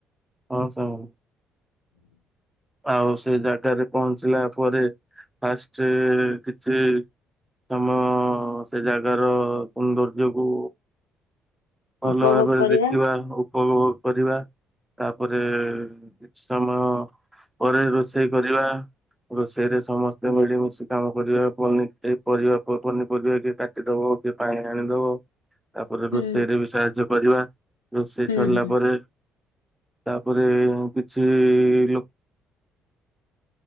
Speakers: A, in the centre; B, on the left.
A: ହଁ ସେଆ ହଉ। ଆଉ ସେ ଜାଗାରେ ପହଞ୍ଚିଲା ପରେ ଫାଷ୍ଟ କିଛି ତମ ସେ ଜାଗାର ସୌନ୍ଦର୍ଯ୍ୟକୁ ଭଲ
B: ଉପଭୋଗ
A: ଭାବରେ
B: କରିବା
A: ଦେଖିବା ଉପୋଭୋଗ କରିବା ତାପରେ କିଛି ସମୟ ପରେ ରୋଷେଇ କରିବା। ରୋଷେଇରେ ସମସ୍ତେ ମିଳିମିଶି କାମ କରିବା ପନି ପରିବା ଏ ପନିପରିବା କାଟି ଟି ଦେବ କିଏ ପାଣି ଆଣିଦବ। ତାପରେ
B: ହୁଁ
A: ରୋଷେଇରେ ବି ସାହାଯ୍ୟ କରିବା ରୋଷେଇ
B: ହୁଁ
A: ସରିଲା
B: ହୁଁ
A: ପରେ। ତାପରେ କିଛି ଲୋକ